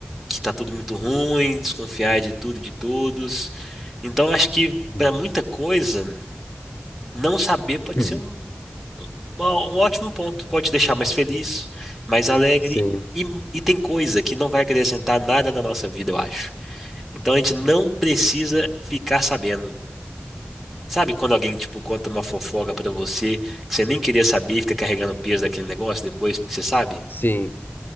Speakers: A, in the centre; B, on the left.
A: que tá tudo muito ruim, desconfiar de tudo e de todos. Então, acho que
B: uhum.
A: para muita coisa, não saber pode
B: Hum,
A: ser um Uma- um ótimo ponto. Pode te deixar mais feliz, mais alegre.
B: Sim,
A: E, e tem coisa que não vai acrescentar nada na nossa vida, eu acho. Então a gente não precisa ficar sabendo. Sabe quando alguém, tipo, conta uma fofoca pra você, que você nem queria saber, fica carregando o peso daquele negócio depois, porque você sabe?
B: sim.